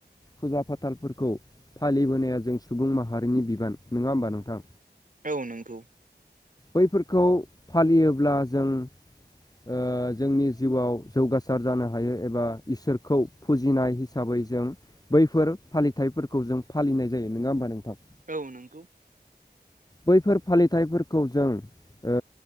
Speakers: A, on the left (about 20°); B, on the right (about 50°).
A: फुजा फाथालफोरखौ फालिबोनाया जों सुबुं माहारिनि बिबान नङा होमबा नोंथां?
B: औ नोंगौ
A: बैफोरखौ फालियोब्ला जों ओ जोंनि जिउआव जौगासार जानो हायो एबा इसोरखौ फुजिनाय हिसाबै जों बैफोर फालिथायाइफोरखौ जों फालिनाय जायो नङा होमबा नोंथां?
B: औ नोंगौ
A: बैफोर फालिथायाइफोरखौ जों ओ